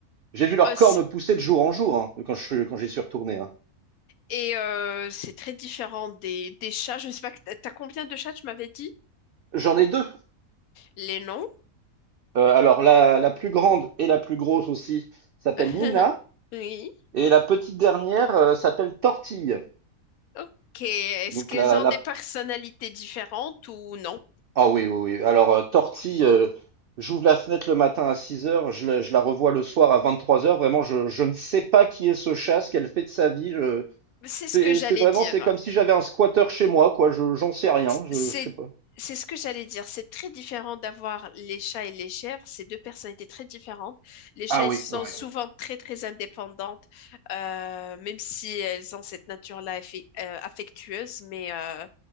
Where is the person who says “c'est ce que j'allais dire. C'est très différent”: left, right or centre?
Left